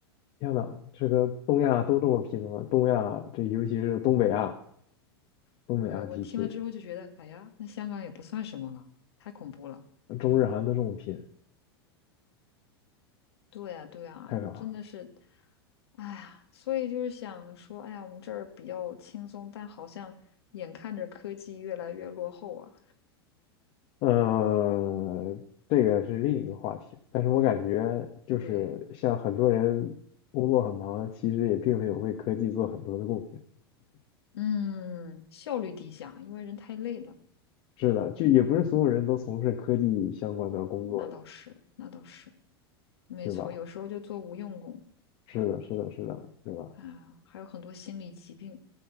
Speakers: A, on the left; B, on the left.
A: 天呐，这个东亚都这么拼的吗？东亚这尤其是东北亚、东北亚地区，
B: 对，我听了之后就觉得，哎呀，那香港也不算什么了，太恐怖了。
A: 中日韩都这么拼，
B: 对呀，对呀，
A: 太可怕了。
B: 真的是，哎呀，所以就是想说，哎呀，我们这儿比较轻松，但好像眼看着科技越来越落后啊。
A: 嗯，这个是另一个话题，但是我感觉就是像很多人工作很忙，
B: 对，
A: 其实也并没有为科技做很多的贡献。
B: 嗯，效率低下，因为人太累了。
A: 是的，就也不是所有人都从事科技相关的工作的，
B: 那倒是，那倒是，没错，
A: 对吧？
B: 有时候就做无用功
A: 是的，是的，是的，对吧？
B: 啊，还有很多心理疾病